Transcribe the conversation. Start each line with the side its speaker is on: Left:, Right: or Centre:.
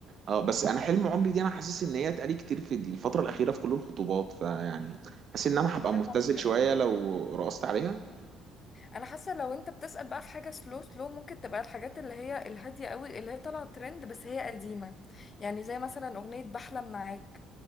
Right: آه، بس انا حلم عمري دي انا حاسس ان هي اتقالي كتير في الفتره الاخيره في كل الخطوبات فيعني حاسس ان انا هبقى
Left: حلو
Right: مبتذل
Left: عمري
Right: شويه
Left: اه
Right: لو رقصت عليها
Left: انا حاسه لو انت بتسأل بقى في حاجه سلو سلو ممكن تبقى الحاجات اللي هي الهاديه قوي اللي هي طالعه ترند بس هي قديمه يعني زي مثلا اغنيه بحلم معاك